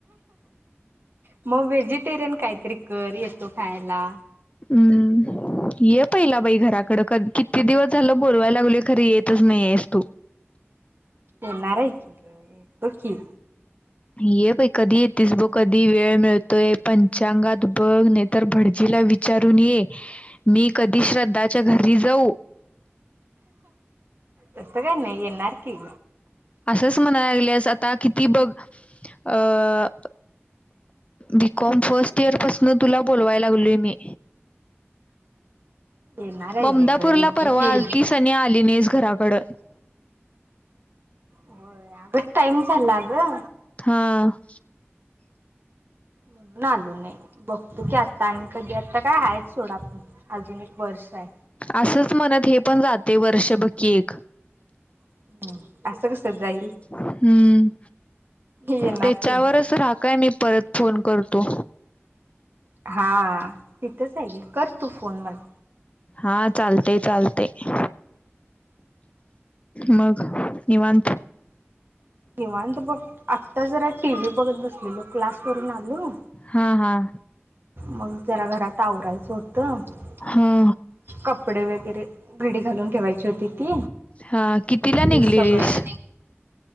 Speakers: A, on the right; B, on the left.
A: मग व्हेझीटेरिअन काय तरी कर ये तो खायला.
B: हम्म ये पहिला बाई घराकड क किती दिवस झालं बोल वायला लागलोय खरं येत च नाहियस तू.
A: येणारे बघ की.
B: ये बाई कधी येतीस स बघ कधी वेळ मिळतोय पंचांगात बघ नाही तर भडजी विचारून ये मी कधी श्रद्धाच्या घरी जाऊ.
A: तस काय नाही येणार कि.
B: असंच म्हणा लागलेस आता किती बघ अ बीकॉम फर्स्ट इयर पासून तुला बोलवाय लागलोय मी.
A: येणार आहे
B: ममदापूरला
A: की ग येतो
B: परवा
A: की
B: आलतीस आणि आली नाहीस घराकड.
A: हो अग टाईम झाला ग.
B: हा.
A: म्हणून आलो नाही बघतो की आता आणि कधी आता काय हाय सोडा अजून एक वर्ष हाय.
B: असंच म्हणत हे पण जातय वर्ष बग की एक.
A: हम्म असं कसं जाईल
B: हम्म
A: येणार
B: त्याच्यावरच
A: की
B: रहा काय मी परत फोन करतो.
A: हा तिथंच आहेे करतू फोन मला.
B: हा चालतंय चालतंय. मग निवांत.
A: निवांत बघ आता जरा टीव्ही बघत बसलेलो. क्लास करून आलो.
B: हा हा
A: मग जरा घरात आवरायचं होतं. कप
B: हा
A: कपडे वगैरे घडी घालून ठेवायची होती ती.
B: हा कितीला निघलेलीस
A: हे सगळं.